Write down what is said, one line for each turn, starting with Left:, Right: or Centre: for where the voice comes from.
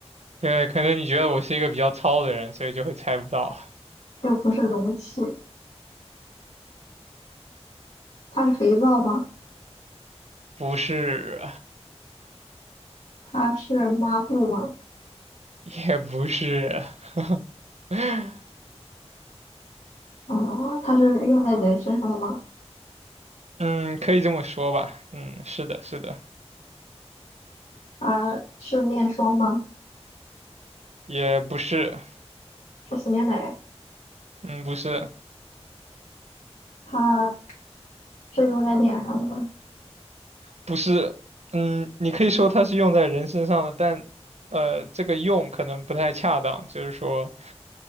Right: 对，可能你觉得我是一个比较糙的人，所以就会猜不到。
Left: 又不是容器。它是肥皂吗？
Right: 不是，
Left: 它是抹布吗？
Right: 也不是，<laughs>
Left: 啊、它是用在人身上的吗？
Right: 嗯，可以这么说吧，嗯，是的，是的，
Left: 它是面霜吗？
Right: 也不是，
Left: 是洗面奶？
Right: 嗯，不是，
Left: 它是用在脸上的吗？
Right: 不是，嗯，你可以说它是用在人身上的，但呃，这个用可能不太恰当，就是说，